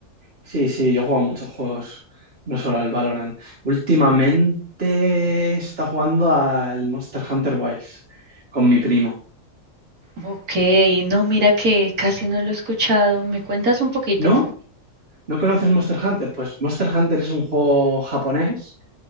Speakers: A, on the right; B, on the right.
A: Sí, sí, yo juego a muchos juegos, no solo al Valorant. Últimamente está jugando al Monster Hunter Wilds con mi primo.
B: Ok, no, mira que casi no lo he escuchado. ¿Me cuentas un poquito?
A: ¿No? ¿No conoces Monster Hunter? Pues Monster Hunter es un juego japonés